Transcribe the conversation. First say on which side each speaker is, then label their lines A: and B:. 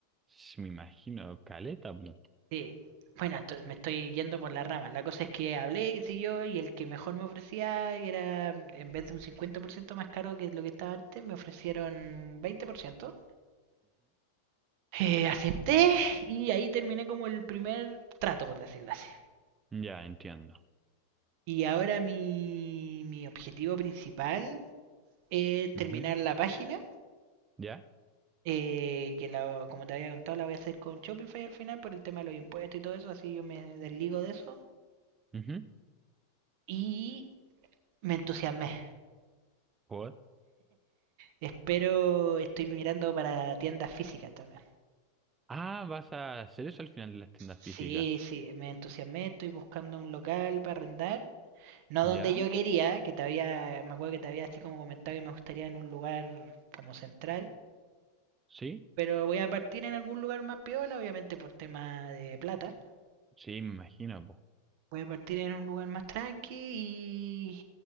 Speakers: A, on the right; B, on the right.
A: s- me imagino, caleta, po.
B: Sí. Bueno, me estoy yendo por la rama. La cosa es que hablé, qué sé yo, y el que mejor me ofrecía y era, en vez de un 50% más caro que lo que estaba antes, me ofrecieron un 20%. Eh, acepté y ahí terminé como el primer trato, por decirlo así.
A: Ya, entiendo.
B: Y ahora mi, mi objetivo principal es terminar
A: Ujú,
B: la página,
A: ¿Ya?
B: eh, que la, como te había contado la voy a hacer con Shopify al final por el tema de los impuestos y todo eso, así yo me desligo de eso.
A: ujú,
B: Y Me entusiasmé.
A: ¿Por?
B: Espero, estoy mirando para tiendas físicas también.
A: Ah, vas a hacer eso al final de las tiendas
B: Sí,
A: físicas.
B: sí, me entusiasmé, estoy buscando un local para arrendar. No
A: ¿Ya?
B: donde yo quería, que te había, me acuerdo que te había así como comentado que me gustaría en un lugar como central.
A: ¿Sí?
B: Pero voy a partir en algún lugar más piola, obviamente por tema de plata.
A: Sí, me imagino, po.
B: Voy a partir en un lugar más tranqui y,